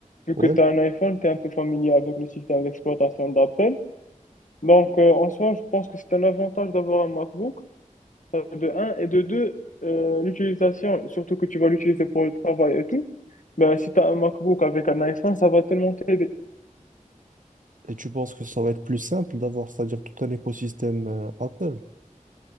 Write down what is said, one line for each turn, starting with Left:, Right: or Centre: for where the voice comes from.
Left: vu
Right: Ouais.
Left: que tu as un iPhone, tu es un peu familier avec le système d'exploitation d'Apple. Donc, euh, en soi, je pense que c'est un avantage d'avoir un MacBook, euh, de un, et de deux, euh, l'utilisation, surtout que tu vas l'utiliser pour le travail et tout, ben, si tu as un MacBook avec un iPhone, ça va tellement t'aider.
Right: Et tu penses que ça va être plus simple d'avoir, c'est-à-dire tout un écosystème euh, Apple.